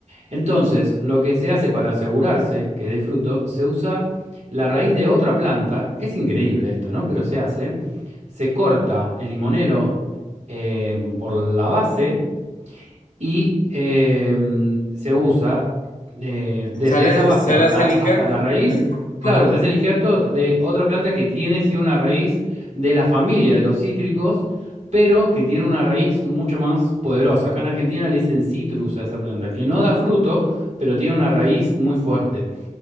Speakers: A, on the right; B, on the left.
A: Entonces, lo que se hace para asegurarse que dé fruto, se usa la raíz de otra planta. Es increíble esto, ¿no? Pero se hace. Se corta el limonero eh, por la base y em, se usa eh, desde
B: Sale,
A: esa base
B: sale
A: hasta,
B: hacia el
A: hasta
B: injerto.
A: la raíz.
B: Ahí.
A: Claro,
B: Ajá.
A: se hace el injerto de otra planta que tiene sí una raíz de la familia de los cítricos, pero que tiene una raíz mucho más poderosa. Acá en Argentina le dicen citrus a esa planta, que no da fruto, pero tiene una raíz muy fuerte.